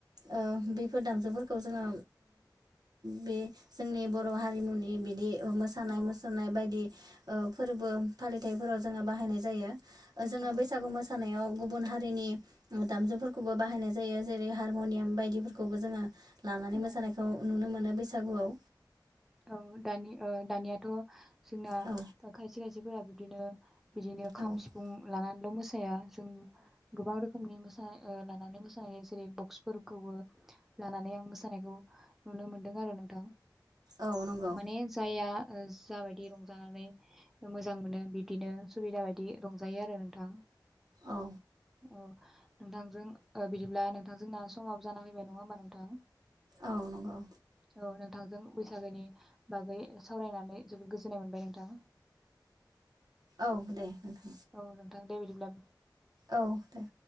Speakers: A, on the right (about 60°); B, in the centre.
A: ओ बेफोर दामजुफोरखौ जोङो बे जोंनि बर' हारिमुनि बिदि मोसानाय
B: औ
A: मुसुरनाय बायदि ओ फोरबो फालिथायफोराव जोङो बाहायनाय जायो। जोङो
B: औ
A: बैसागु मोसानायाव गुबुन हारिनि दामजुफोर खौबो बाहायनाय जायो जेरै हारम'नियाम बायदिफोरखौबो जोङो लानानै
B: औ
A: मोसानायखौ नुनो मोनो नो बैसागुआव
B: औ दानि ओ दानिया द' जोंना
A: औ
B: दा खायसे खायसे फोरा बिदिनो बिदिनो खाम
A: औ
B: सिफुं लानानै ल मोसाया जों गोबां रोखोमनि मोसा उम ओ लानानै मोसानाय जेरै बक्सफोरखौबो लानानै आं मोसानायखौ नुनो मोनदों आरो नोंथां
A: औ नंगौ
B: माने जाया। जाबायदि रंजानानै मोजां मोनो बिब्दिनो सुबिदा बायदि रंजायो आरो नोंथां
A: औ।
B: अ नोंथांजों ओ बिदिब्ला नोंथांजोंना समाबो जाना फैबाय नङा होमबा नोंथां?
A: औ नंगौ
B: औ नोंथांजों। बेनि बागै सावरायनानै जोबोद गोजोन्नाय मोनबाय नोंथां
A: औ दे नोंथां।
B: औ नोंथां दे बिदिब्ला।
A: औ दे।